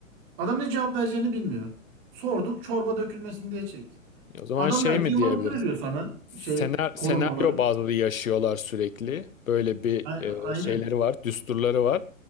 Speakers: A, on the right; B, on the left.
A: adam ne cevap vereceğini bilmiyor. Sorduk çorba dökülmesin diye çektik.
B: E, o zaman
A: Adam
B: şey
A: belki
B: mi
A: yalan
B: diyebiliriz?
A: söylüyor sana
B: Senar
A: şey
B: senaryo
A: korumalarım.
B: bazlı yaşıyorlar sürekli. Böyle bir
A: A-
B: e,
A: Aynen.
B: şeyleri var, düsturları var.